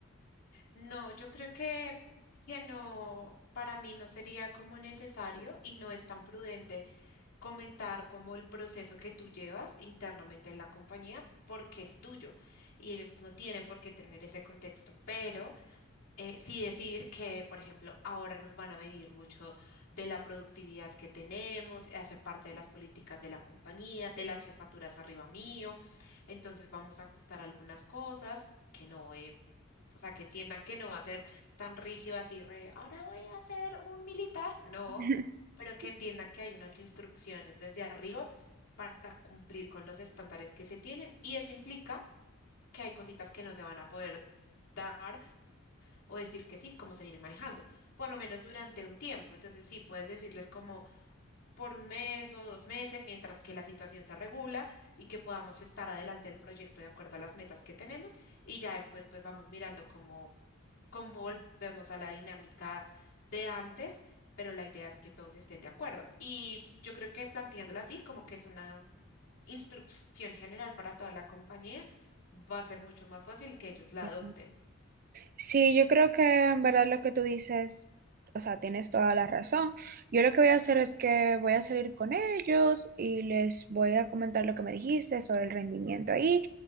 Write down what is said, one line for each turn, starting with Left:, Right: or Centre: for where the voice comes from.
Left: No, yo creo que, que no, para mí no sería como necesario y no es tan prudente comentar como el proceso que tú llevas internamente en la compañía porque es tuyo y ellos no tienen por qué tener ese contexto, pero eh, sí decir que, por ejemplo, ahora nos van a medir mucho de la productividad que tenemos, hace parte de las políticas de la compañía, de las jefaturas arriba mío, entonces vamos a ajustar algunas cosas que no he o sea, que entiendan que no va a ser tan rígido así, re, ahora voy a ser un militar. No,
Right: <laughs>
Left: pero que entiendan que hay unas instrucciones desde arriba para cumplir con los estándares que se tienen. Y eso implica que hay cositas que no se van a poder dar o decir que sí, como se vienen manejando, por lo menos durante un tiempo. Entonces, sí, puedes decirles como por un mes o dos meses, mientras que la situación se regula y que podamos estar adelante del proyecto de acuerdo a las metas que tenemos. Y ya después, pues vamos mirando cómo como volvemos a la dinámica de antes, pero la idea es que todos estén de acuerdo. Y yo creo que planteándolo así, como que es una instrucción general para toda la compañía, va a ser mucho más fácil que ellos la
Right: Ok.
Left: adopten.
Right: Sí, yo creo que en verdad lo que tú dices, o sea, tienes toda la razón. Yo lo que voy a hacer es que voy a salir con ellos y les voy a comentar lo que me dijiste sobre el rendimiento ahí.